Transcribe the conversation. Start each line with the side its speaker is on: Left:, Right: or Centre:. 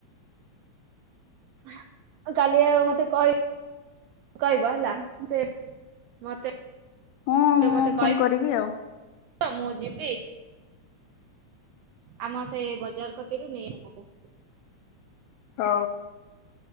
Right: ଆଉ କାଲି ଆଉ ମତେ କହି କଇବ ହେଲା ସେ ମତେ
Left: ହଁ ମୁଁ
Right: ମତେ
Left: ଫୋନ
Right: କଇବ
Left: କରିବି ଆଉ
Right: ମୁଁ ଯିବି ଆମ ସେ ବଜାର କତିରୁ ନେଇ ଆମକୁ
Left: ଅ